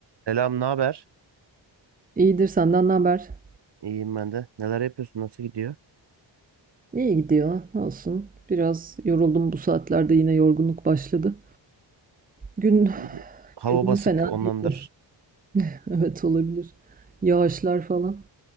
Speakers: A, on the right; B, on the right.
A: Selam, ne haber?
B: İyidir senden ne haber?
A: İyiyim ben de. Neler yapıyorsun? Nasıl gidiyor?
B: İyi gidiyor. Olsun. Biraz yoruldum bu saatlerde yine yorgunluk başladı. Gün
A: Bir de Hava
B: gün
A: basık
B: fena
A: ondandır.
B: değildi. <laughs> Evet olabilir. Yağışlar falan.